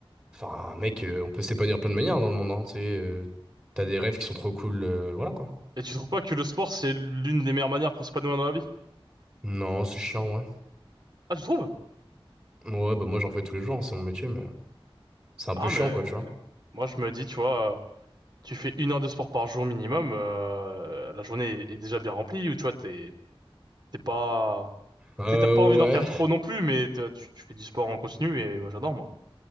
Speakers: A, on the right (about 20°); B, on the right (about 45°).
A: enfin, mec, euh, on peut s'épanouir de plein de manières dans le monde, hein, tu sais, euh, t'as des rêves qui sont trop cool, euh, voilà, quoi.
B: Et tu trouves pas que le sport, c'est l'une des meilleures manières pour s'épanouir dans la vie?
A: Non, c'est chiant, ouais.
B: Ah, tu trouves?
A: Ouais, bah moi j'en fais tous les jours, hein, c'est mon métier, mais c'est un
B: Ah,
A: peu chiant,
B: mais
A: quoi, tu vois.
B: moi, je me dis, tu vois, euh, tu fais une heure de sport par jour minimum, euh, la journée est est déjà bien remplie, ou tu vois, t'es t'es pas...
A: Euh,
B: t'sais, T'as pas envie
A: ouais,
B: d'en faire trop non plus, mais t'as- tu, tu fais du sport en continu, et moi, j'adore, moi.